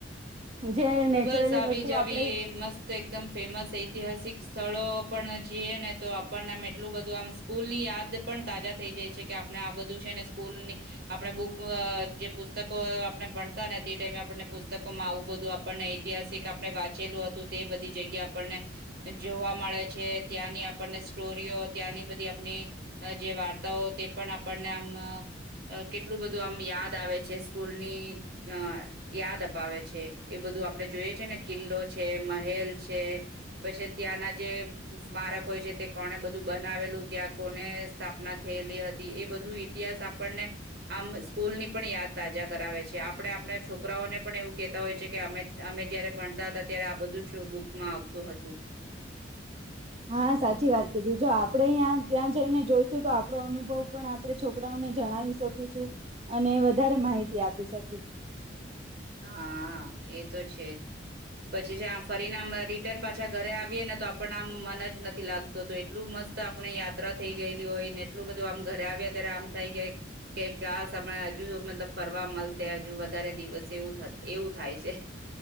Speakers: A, on the right; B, on the right.
A: જે
B: તો
A: નેચરલી
B: બસ આવી
A: વસ્તુ
B: જ આવી
A: આપણે
B: એ મસ્ત એકદમ ફેમસ ઐતિહાસિક સ્થળો પણ જઈએ ને તો આપણનેમ એટલું બધું આમ સ્કૂલ ની યાદ પણ તાજા થઈ જાય છે કે આપણે આ બધું છેને સ્કૂલ ની આપણે બુક જે પુસ્તકો આપણે ભણતા ને તે ટાઈમે આપણને પુસ્તકોમાં આવું બધું આપણને ઐતિહાસિક આપણે વાંચેલું હતું તે બધી જગ્યા આપણને જોવા મળે છે, ત્યાંની આપણને સ્ટોરીઓ, ત્યાંની બધી આપની જે વાર્તાઓ તે પણ આપણને આમ અ કેટલું બધું આમ યાદ દ આવે છે સ્કૂલ ની અ યાદ અપાવે છે. એ બધું આપડણે જોઈએ છે ને કિલ્લો છે, મહેલ છે પછી ત્યાંના જે સ્મારક હોય છે તે કોને બધું બનાવેલું ત્યાં કોને સ્થાપના થયેલી હતી. એ બધું ઇતિહાસ આપણને આમ સ્કૂલની પણ યાદ તાજા કરાવે છે. આપણે આપણે છોકરાઓને પણ એવું કેહેતા હોય છે કે અમે અમે જયારે ભણતા હતા ત્યારે આ બધું જ બુકમાં આવતું હતું.
A: હા સાચી વાત કીધી. જો આપણે અહીં ત્યાં જઈને જોઈશું તો આપણો અનુભવ પણ આપણે છોકરાઓને જણાવી શકીશું અને વધારે માહિતી આપી શકીશું.
B: હા એ તો છે જ પછી જે ફરીને રિટર્ન પાછા ઘરે આવીએે ને તો આપણને આમ મન જ નથી લાગતું. તો એટલું મસ્ત આપણે યાત્રા થઈ ગયેલી હોય ને એટલ બધું આમ આવ્યા ત્યારે આમ થાય કેક આ સમય હજુ મતલબ ફરવા મળ હજુ વધારે દિવસ જેવું થ એવું થાય છે